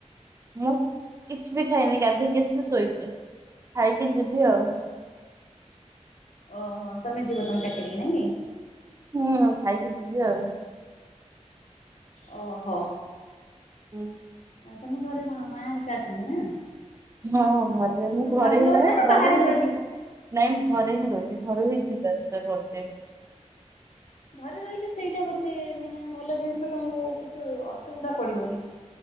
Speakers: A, on the right; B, on the left.
A: ମୁଁ କିଛି ବି ଖାଇନି ଗାଧେଇକି ଆସିକି ଶୋଇଛି, ଖାଇକି ଯିବି ଆଉ।
B: ଓହୋ ତମେ ଯିବ ତମ ଚାକିରି କି ନାଁ କି
A: ହୁଁ ଖାଇକି ଯିବି ଆଉ।
B: ଓହୋ।
A: ହୁଁ।
B: ଆ ତମ ଘରେ କଣ ମା ଆରିକା ଅଛନ୍ତି ନା
A: ହଁ ଘରେରେ ମୁଁ
B: ତମେ
A: ଘରେ ହିଁ
B: ରହୁଛ
A: ରହ
B: ନା
A: ଘରୁ
B: ବାହାରେ
A: ହିଁ
B: ରହିକି
A: ନାଇଁ ମୁଁ ଘରେ ହିଁ ରହୁଛି ଘରୁ ହିଁ ଯିବା ଆସିବା କରୁଚେ ।
B: ଘରେ ରହିଲେ ସେଇଟା ଗୋଟେ ମାନେ ଭଲ ଜିନିଷ ତମକୁ କିଛି ଅସୁବିଧା ପଡିବନି।